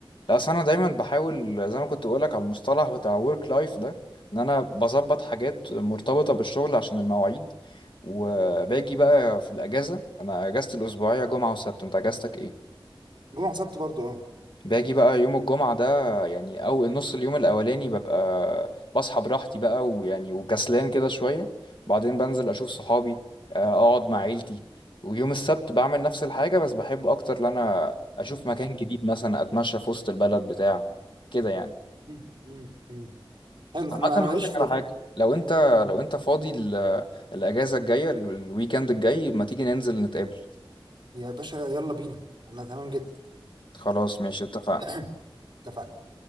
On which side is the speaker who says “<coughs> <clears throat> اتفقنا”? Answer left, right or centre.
Right